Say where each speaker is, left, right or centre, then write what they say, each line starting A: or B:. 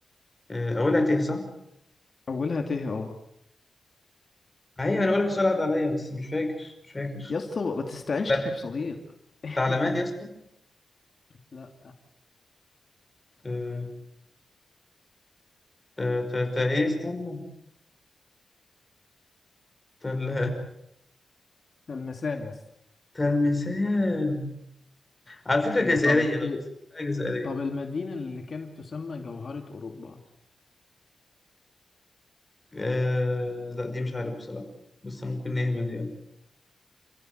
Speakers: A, on the left; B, on the left.
A: آه، اولها ته صح؟
B: اولها ت اه
A: ايوه انا بقول لك السؤال عدى عليا بس مش فاكر مش فاكر
B: يا اسطى ما تستعنش
A: تعلمان
B: بصديق <laughs>
A: تعلمان يا اسطى
B: لا
A: ت- ت- ت- ت- ايه استنى تل...
B: المسان يا اسطى
A: <laughs> تلمسان على فكرة
B: اوكي
A: جزائرية
B: طب
A: لو بس حاجة جزائرية
B: طب المدينة اللي كانت تسمى جوهرة أوروبا
A: آه... لا دي مش عارف بصراحة بس ممكن نهبد يعني